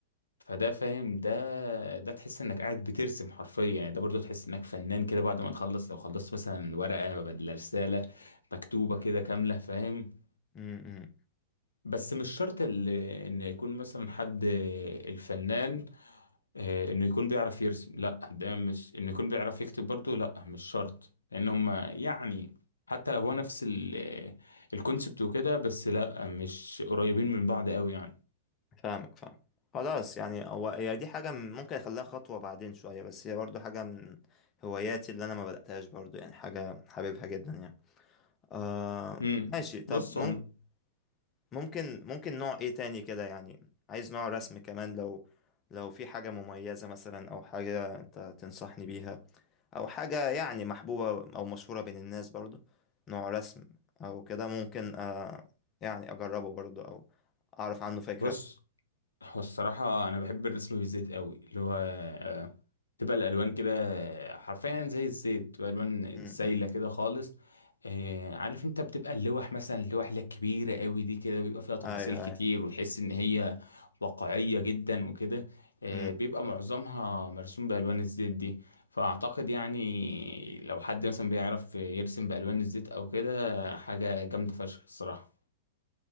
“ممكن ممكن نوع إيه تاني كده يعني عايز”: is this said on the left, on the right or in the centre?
Left